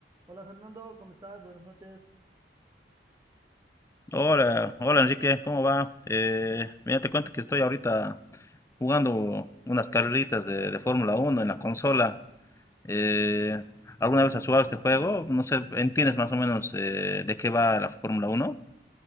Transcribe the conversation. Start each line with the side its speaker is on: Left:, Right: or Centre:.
Right: Hola Fernando, ¿cómo estás? Buenas noches.
Left: Hola, hola Enrique, ¿cómo va? Eh, mira, te cuento que estoy ahorita jugando unas carreritas de, de Fórmula Uno en la consola. Eh, ¿alguna vez has jugado este juego? No sé, ¿entiendes más o menos eh, de qué va la Fórmula Uno?